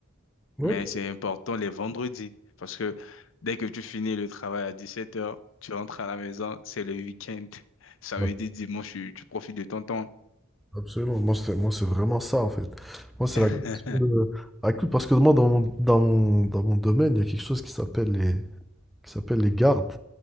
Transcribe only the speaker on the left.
Mais c'est important les vendredis, parce que dès que tu finis le travail à 17h, tu rentres à la maison, c'est le week-end. <laughs> Samedi,
dimanche, tu, tu profites de ton temps.
<laughs>